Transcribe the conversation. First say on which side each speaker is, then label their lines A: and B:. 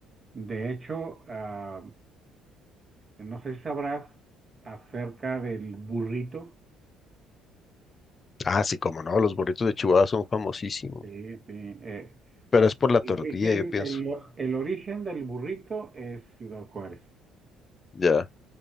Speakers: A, on the right (about 25°); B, on the left (about 30°).
A: de hecho, ah, no sé si sabrás acerca del burrito.
B: Ah, sí, como no, los burritos de Chihuahua son famosísimos.
A: Sí, sí, eh,
B: Pero es por la
A: el
B: tortilla,
A: origen,
B: yo pienso.
A: el, el origen del burrito es Ciudad Juárez,
B: Ya.